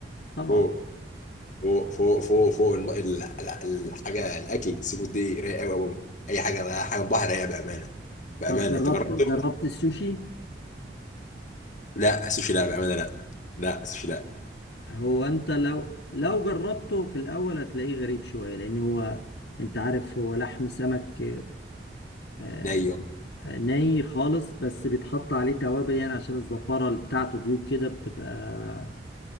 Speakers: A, on the left (about 70°); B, on the left (about 45°).
A: طبعا
B: فوق فوق فوق فوق فوق الم... ال- ال- الحاجه الاكل السي فود دي رايقه قوي قوي اي حاجه بقى حاجه بحر رايقه بامانه بامانه
A: طب جربت
B: تجربته
A: جربت السوشي
B: لا السوشي لا بامانه لا لا السوشي لا
A: هو انت لو لو جربته في الاول هتلاقيه غريب شويه لان هو انت عارف هو لحم سمك آه،
B: ني اه
A: آه، ني خالص بس بيتحط عليه توابل يعني عشان الزفاره اللي بتاعته دي وكده بتبقى